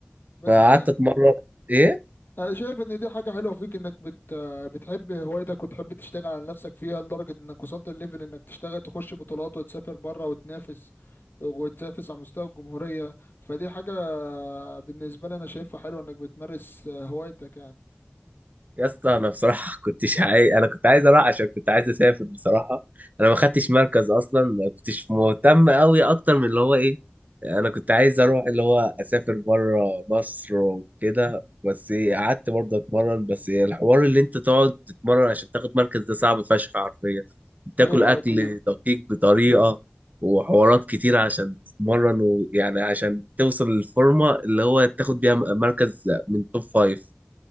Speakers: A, on the left (about 55°); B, on the right (about 40°).
A: بس
B: فقعدت
A: دي
B: اتمرن ايه
A: انا شايف ان دي حاجة حلوة فيك انك بت بتحب هوايتك وتحب تشتغل على نفسك فيها لدرجة انك وصلت الليفل انك تشتغل تخش بطولات وتسافر بره وتنافس وتنافس على مستوى الجمهورية فدي حاجة بالنسبة لي انا شايفها حلوة انك بتمارس هوايتك يعني
B: يا اسطى انا بصراحه <laughs> كنتش عايز انا كنت عايز اروح عشان كنت عايز اسافر بصراحه انا ما خدتش مركز اصلا ما كنتش مهتم قوي اكتر من اللي هو ايه انا كنت عايز اروح اللي هو اسافر بره مصر وكده بس إيه، قعدت برضه اتمرن بس إيه، الحوار اللي انت تقعد تتمرن عشان تاخد مركز ده صعب فشخ حرفيا بتاكل
A: ايوه
B: اكل
A: اكيد
B: دقيق بطريقه وحوارات كتير عشان تتمرن ويعني عشان توصل للفورمه اللي هو تاخد بيها مركز من توب فايف